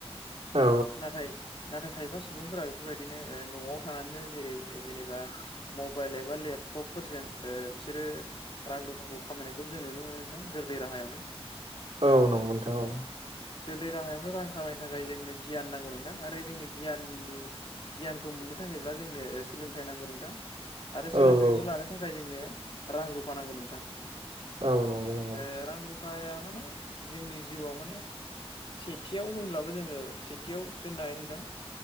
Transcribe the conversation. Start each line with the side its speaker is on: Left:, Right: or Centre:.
Right: औ
Left: नाथाय नाथाय खायफा सुबुं सुबुंफोरा बेफोरबायदिनो न'आव थानानैनो जेरै जेनेबा मबाइल एबा लेपटपफोरजों बिसोरो रां रुफाखौ खामायनायखौबो जों नुनो मोनो नोंथां गोरलै राहायावनो
Right: औ नंगौ नोंथां ओ
Left: गोरलै राहायावनो रां खामायनो थाखाय जोंनो गियान नांगौ नोंथां आरो जोंनि गियाननि गियानखौ मोननो थाखायब्ला जोंनो सोलोंथायाइ नांगौ नोंथां। आरो सोलोंथाइखौ
Right: औ औ
Left: लानो थाखाय जोंनो रां रुफा नांगौ नोंथां।
Right: औ नंगौ नंगौ
Left: ए रां रुफा रुफाया माने जोंनि जिउआव माने सेथियाव होनब्लाबो जोङो खाथियाव दोननो हायो नोंथां।